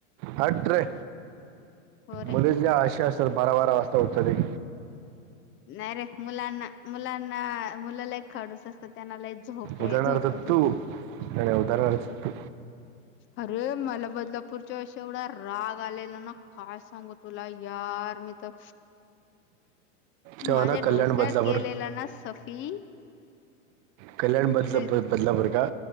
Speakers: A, on the right; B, on the left.
A: हट रे
B: हो रे
A: मुलीतल्या आशा असतात बारा बारा वाजता उठतात एक
B: नाही रे मुलांना-मुलांना मुलं लय खडूस असतात त्यांना लय झोपे
A: उदाहणार्थ
B: झोप येते.
A: तू नाही उदाहरणार्थ तू
B: अरे मला बदलापूर एवढा राग आलेला ना काय सांगू तुला यार मी तर
A: तेव्हा
B: माझ्या
A: ना कल्याण
B: डोक्यात
A: बदलापूर
B: गेलेला ना सफी
A: कल्याण बदलापूर
B: तिथे
A: - बदलापूर का